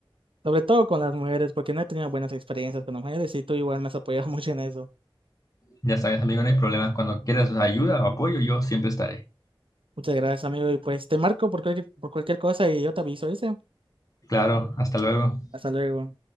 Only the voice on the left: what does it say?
ya sabes, amigo, no hay problema. Cuando quieras ayuda o apoyo, yo siempre estaré.
Claro, hasta luego.